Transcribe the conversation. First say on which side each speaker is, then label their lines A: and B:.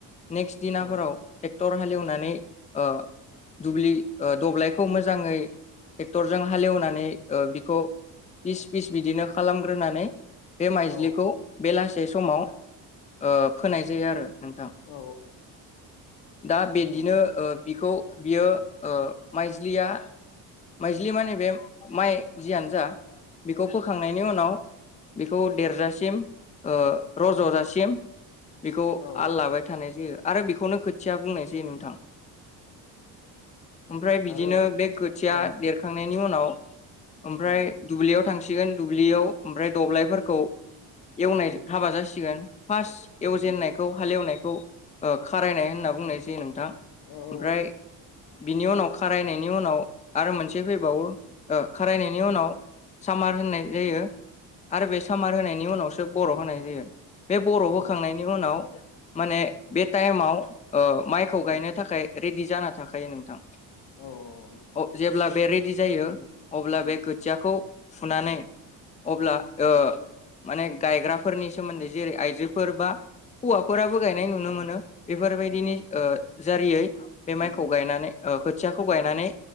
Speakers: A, on the left; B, on the left.
A: नेक्स्ट दिनाफोराव
B: औ
A: टेक्टर हालेवनानै ओ दुब्लि ओ दब्लायखौ मोजाङै टेक्टरजों हालेवनानै बिखौ पिस पिस बिदिनो खालामग्रोनानै बे माइजलिखौ
B: औ
A: बेलासि से समाव ओ फोनाय जायो आरो नोंथां
B: औ
A: दा बिदिनो
B: औ
A: ओ बिखौ बियो ओ माइज्लिया माइज्लि माने बे माइ जियानो जा बेखौ फोखांनायनि उनाव बेखौ देरजासिम ओ रजजासिम
B: औ
A: बेखौ
B: औ
A: आल लाबाय थानाय जायो आरो बेखौनो खोथिया बुंनाय जायो नोंथां ओमफ्राय बिदिनो
B: आरो
A: बे थिया
B: औ
A: देरखांनायनि उन उनाव ओमफ्राय
B: औ
A: दुब्लियाव थांसै सिगोन दुब्लियाव ओमफ्राय दब्लायफोरखौ एवनायजों हाबा जासिगोन फार्स एवजेननायखौ हालेवनाय खारायनाय होनना बुंनाय जायो नों थां
B: औ औ
A: ओमफ्राय बिनि उनाव खारायनायनि उनाव आरो मोनसे फैबावो खारायनायनि उनाव सामार होननाय जायो आरो बे सामार होनायनि उनावसो सोब बर' होनाय जायो बे बर' होखांनायनि
B: औ
A: उनाव माने बे टाइमाव ओ माइखौ गायनो थाखाय रेडि जाना थाखायो नोंथां
B: औ औ
A: जेब्ला बे रेडि जायो अब्ला बे खोथियाखौ फुनानै अब्ला ओ माने गायग्राफोरनि सोमोन्दै जेरै आइजोफोर बा हौवाफोराबो गायनाय नुनो मोनो बेफोरबायदिनि ओ जारियै बे माइखौ गायनानै ओ खोथियाखौ गायनानै